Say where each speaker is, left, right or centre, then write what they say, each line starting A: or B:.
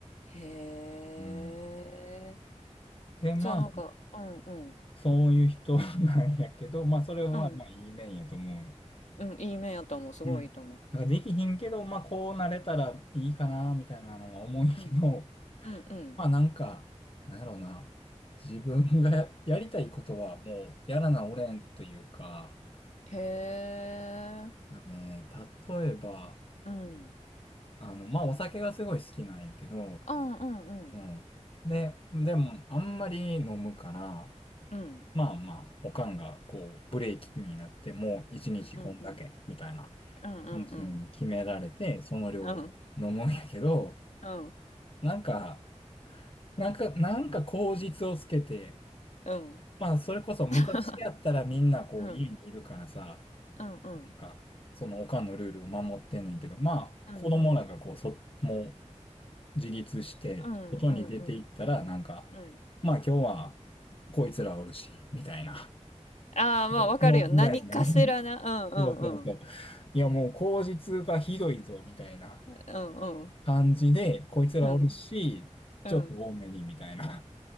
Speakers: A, on the left; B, on the left.
A: へ
B: うん。
A: え。
B: で、まあ、
A: じゃあなんか、うんうん。
B: そういう人なんやけど、まあ、それはまあ、
A: うん。
B: いい面やと思う。
A: うん、いい面やと思う。すごいいいと思
B: うん。だからできひんけど、まあこうなれたらいいかな、みたいなのは思うんやけど、
A: う。うんうん。うんうん。
B: <laughs> まあなんか、なんやろうな。自分がやりたいことはもうやらなおれんというか、
A: へえ。
B: ね、例えば、
A: うん。
B: あの、まあお酒がすごい好きなんやけど、
A: うんうんうん。
B: うん。で、でもあんまり飲むから、
A: うん
B: まあまあ、おかんがこう、ブレーキになってもう一日こんだけ、
A: うんうん。
B: みたいな
A: うんうんうん。
B: 感じでもう決められて、その量飲
A: うんうんうん。
B: むんやけど、
A: うん
B: なんか、なんか、なんか口実をつけて、
A: うん
B: まあ、それこそ昔やったらみんなこう家にいるからさ、
A: <laughs> うん。うんうん。
B: なんか、そのおかんのルールを守ってんねんけど、まあ、
A: うんうん
B: 子供らがこう、そ、もう自立して、
A: うん。
B: 外に出ていったら、
A: う
B: なんか、
A: ん。
B: まあ今日はこいつらおるし、みたいな。
A: ああー、まあわかるよ。
B: で今日ぐらいのみ
A: 何かしらな。うんうんうん。
B: そうそうそう。いや、もう口実がひどいぞ、みたいな
A: うんうん
B: 感じで、こいつらおるし、
A: うん。うん。
B: ちょっと多めに、みたいな。